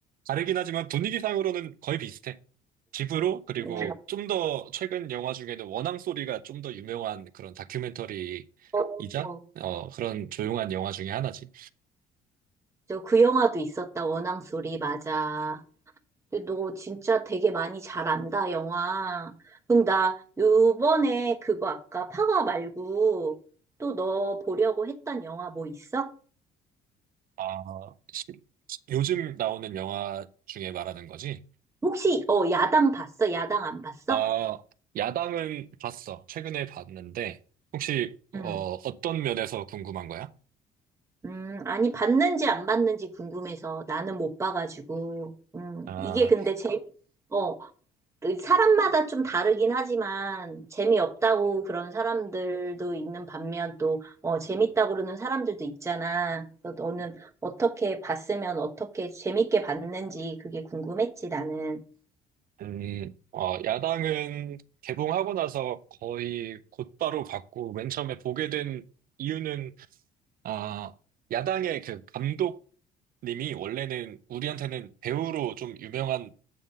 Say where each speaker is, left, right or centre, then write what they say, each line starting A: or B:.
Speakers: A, on the right; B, on the right.
A: 다르긴 하지만 분위기상으로는 거의 비슷해. 집으로, 그리고
B: 어,
A: 좀 더 최근 영화 중에는 원앙 소리가 좀 더 유명한 그런 다큐멘터리이자,
B: 어, 어.
A: 어, 그런 조용한 영화 중에 하나지.
B: 저 그 영화도 있었다 원앙 소리 맞아. 근데 너 진짜 되게 많이 잘 안다, 영화. 그럼 나 요번에 그거 아까 파워 말고 또 너 보려고 했던 영화 뭐 있어?
A: 아, 시- 요즘 나오는 영화 중에 말하는 거지.
B: 혹시, 어, 야당 봤어? 야당 안 봤어?
A: 아, 야당은 봤어. 최근에 봤는데, 혹시, 어,
B: 응.
A: 어떤 면에서 궁금한 거야?
B: 음, 아니, 봤는지 안 봤는지 궁금해서 나는 못 봐가지고. 음,
A: 아,
B: 이게 근데 재미, 어, 그 사람마다 좀 다르긴 하지만 재미없다고 그런 사람들도 있는 반면 또 어, 재밌다고 그러는 사람들도 있잖아. 그래서 너는 어떻게 봤으면 어떻게 재밌게 봤는지 그게 궁금했지, 나는.
A: 음, 어, 야당은 개봉하고 나서 거의 곧바로 봤고, 맨 처음에 보게 된 이유는, 아, 야당의 그 감독님이 원래는 우리한테는 배우로 좀 유명한